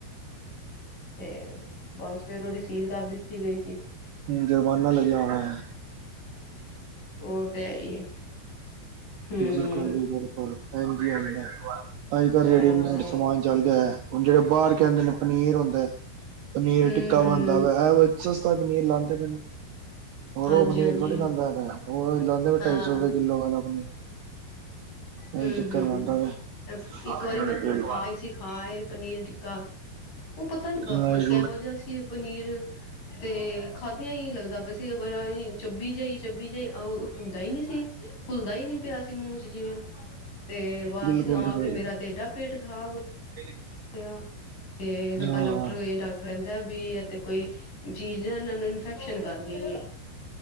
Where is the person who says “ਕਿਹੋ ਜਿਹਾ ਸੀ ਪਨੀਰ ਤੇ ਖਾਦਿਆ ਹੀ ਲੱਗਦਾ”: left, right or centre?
Left